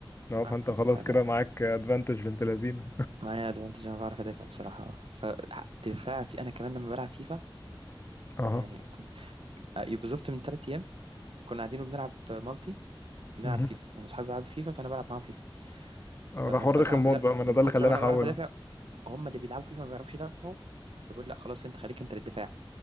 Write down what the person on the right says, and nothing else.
آه، يعني
فانا
معايا ادفانتج انا بعرف ادافع بصراحه فدفاع في انا كمان لما بلعب فيفا
يعني آه، بالظبط من ثلاث ايام كنا قاعدين وبنلعب مالتي بنلعب
فيفا لان اصحابي بيلعبوا فيفا فانا بلعب معاهم فيفا
ف-
فصاحبي
لا
من
كتر
ما انا
بعرف ادافع هم اللي بيلعبوا فيفا ما بيعرفوش يدافعوا فبيقول لا خلاص انت خليك انت للدفاع